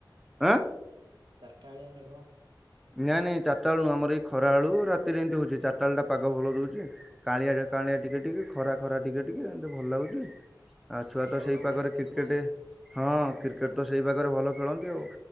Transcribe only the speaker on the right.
ଚାରିଟା ବେଳିଆ ମେଘ।
ଖେଳ
ବଢିଆ
ଖେଳୁଥିବ